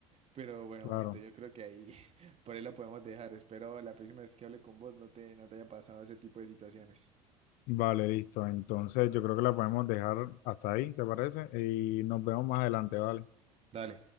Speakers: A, on the right (about 35°); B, on the left (about 55°).
A: Pero bueno,
B: claro.
A: manito, yo creo que ahí <laughs> por ahí la podemos dejar. Espero la próxima vez que hable con vos no te, no te haya pasado ese tipo de situaciones.
B: Vale, listo. Entonces yo creo que la podemos dejar hasta ahí, ¿te parece? Y nos vemos más adelante, ¿vale?
A: Dale.